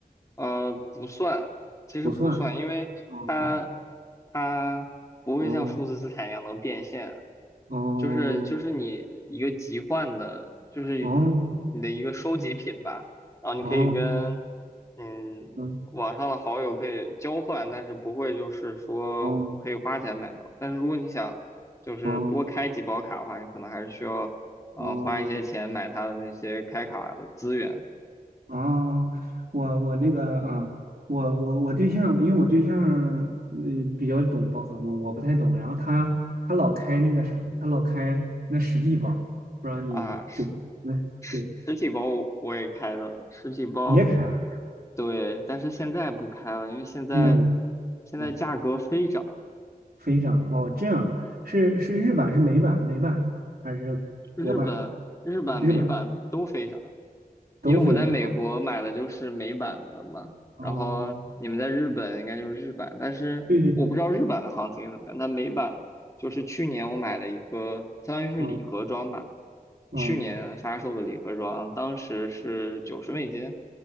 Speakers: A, on the left; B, on the right.
A: 呃，不算，其实不算，
B: 不算。
A: 因为它
B: 哦
A: 它不会像数字资产一样能变现，
B: 哦哦。
A: 就是就是你一个集换的，就是你的一个收集品吧，
B: 哦
A: 然后你可以跟
B: 哦
A: 嗯网上的好友可以交换，
B: 哦
A: 但是不会就是说可以花钱买到，
B: 哦
A: 但是如果你想就是多开几包卡的话，
B: 哦
A: 你可能还是需要嗯、
B: 哦
A: 呃花一些钱买它的那些开卡的资源。
B: 哦，哦我我那个啊，我我我对象，因为我对象嗯、呃比较懂宝可梦，我不太懂，然后他他老开那个啥，他老开那实地包，不知道你就那对，
A: 啊，实实实体包我我也开的，实体包，
B: 你也开啊？
A: 对，但是现在不开了，因为现在
B: 那个，我
A: 现在价格飞涨，
B: 啊，飞涨哦，这样是是日版是美版美版还是国版？
A: 日本日版美版都飞涨。
B: 日版都飞涨啊？
A: 因为我在美国买的就是美版的嘛，
B: 哦，
A: 然后你们在日本应该就是日版，但是我不知道日版的行情怎么样。
B: 对对对，
A: 那美版的，就是去年我买的一个，相当于是礼盒装吧，
B: 嗯嗯。
A: 去年发售的礼盒装，
B: 哦
A: 当时是九十美金，